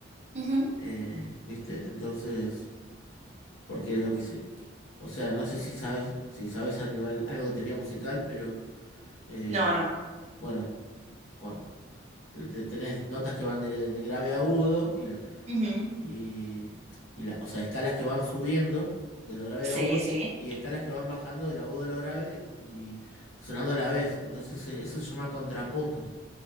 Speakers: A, on the right (about 35°); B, on the left (about 75°).
A: Ujú.
B: Eh, ¿viste? Entonces, porque lo que se, o sea, no sé si sabes, si sabes a nivel algo de teoría musical, pero eh,
A: No, no.
B: bueno, cua- te- tenés notas que van de, de grave a agudo y las
A: Ujú.
B: y, y la, o sea, escalas que van subiendo de lo grave
A: Sí,
B: al agudo
A: sí.
B: y escalas que van bajando del agudo a lo grave ent- y sonando a la vez. Entonces eh, eso se llama contrapuntos.